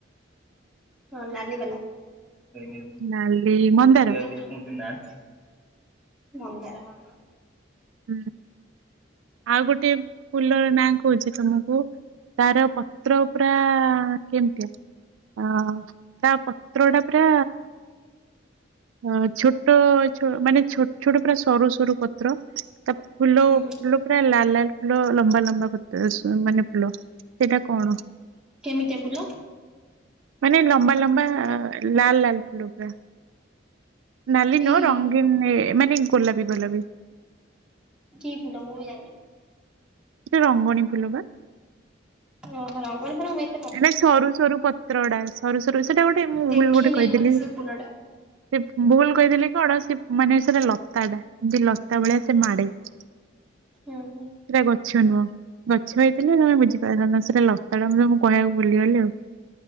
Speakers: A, in the centre; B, on the right.
A: ନଲିିବାଲା <unintelligible>
B: ନାଲି ମନ୍ଦାର
A: ମନ୍ଦାର ହଁ ହଁ।
B: ହୁଁ। ଆଉ ଗୋଟେ ଫୁଲର ନାଁ କହୁଚି ତୁମକୁ ତାର ପତ୍ର ପୁରା କେମିତିଆ ଅ ତା ପତ୍ରଟା ପୁରା ଅ ଛୋଟ ଛୋ ମାନେ ଛୋଟ ଛୋଟ ପୁରା ସରୁ ସରୁ ପତ୍ର ତା ଫୁଲ
A: ହଁ
B: ଫୁଲ ପୁରା ଲାଲ ଲାଲ ଫୁଲ ଲମ୍ବା ଲମ୍ବା ପ ସ ମାନେ ଫୁଲ ସେଇଟା କଣ
A: କେମିତିଆ ଫୁଲ
B: ମାନେ ଲମ୍ବା ଲମ୍ବା ଲାଲ ଲାଲ ଫୁଲ ପୁରା ନାଲି
A: କି
B: ନୁହଁ ରଙ୍ଗୀନ ମାନେ ଗୋଲାପୀ ଗୋଲାପୀ
A: କି ଫୁଲ ମୁଁ ବି ଜାଣିନି
B: ସେ ରଙ୍ଗଣୀ ଫୁଲ ବା
A: ଓହୋ ରଙ୍ଗଣୀ ଫୁଲ ମୁଁ ଏ
B: ମାନେ ସରୁ ସରୁ ପତ୍ର ଗୁଡା ସରୁ ସରୁ ସେଟା ଗୋଟେ ମୁଁ
A: ଦେଖିନି
B: ଭୁଲ୍ ଗୋଟେ କହିଦେଲି
A: ବୋଧେ ସେ ଫୁଲ ଟା
B: ସେ ଭୁଲ କହିଦେଲି କଣ ସେ ମାନେ ସେଟା ଲତା ଟା ଯେ ଲତା ଭଳିଆ ସେ ମାଡେ ସେଟା
A: ହୁଁ ହୁଁ
B: ଗଛ ନୁହଁ ଗଛ ହେଇଥିଲେ ତମେ ବୁଝିପାରିଥାନ୍ତ ସେଇଟା ଲତାଟା ମୁଁ ତମକୁ କହିବାକୁ ଭୁଲିଗଲି ଆଉ